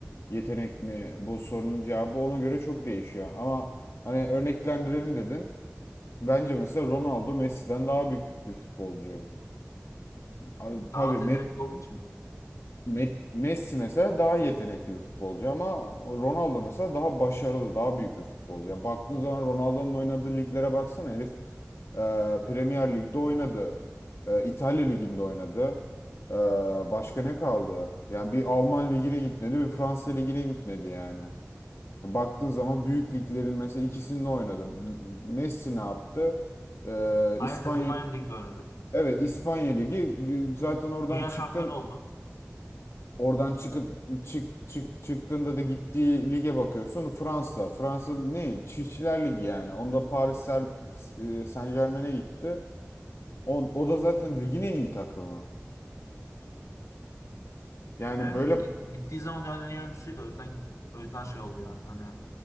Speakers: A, on the left (about 65°); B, on the left (about 80°).
A: Yetenek mi, bu sorunun cevabı ona göre çok değişiyor. Ama hani örneklendirelim dedin. Bence mesela Ronaldo Messi'den daha büyük bir futbolcu. E, Tabii
B: Daha az
A: Me-
B: yetenekli olduğu için mi?
A: Me- Messi mesela daha yetenekli bir futbolcu ama Ronaldo mesela daha başarılı, daha büyük bir futbolcu. Yani baktığın zaman Ronaldo'nun oynadığı liglere baksana herif e, Premier Lig'de oynadı. E, İtalya Ligi'nde oynadı. E, başka ne kaldı? Yani bir Alman Ligi'ne gitmedi, bir Fransa Ligi'ne gitmedi yani. Baktığın
B: Hı hı.
A: zaman büyük liglerin mesela ikisinde oynadı. Messi ne yaptı? Ee,
B: Aynı
A: İspanya
B: takım aynı ligde oynadı.
A: Evet İspanya Ligi zaten oradan
B: Dünya
A: çıktın
B: şampiyonu oldu.
A: oradan çıkıp çık çık çıktığında da gittiği lige bakıyorsun Fransa Fransa ne Çiftçiler Ligi yani onda Paris Ser- e, Saint-Germain'e gitti o, o da zaten ligin en iyi takımı yani
B: Evet,
A: böyle
B: gi- gittiği zaman dünyanın en iyi oyuncusuydu. O yüzden gitti. O yüzden şey oldu yani. Hani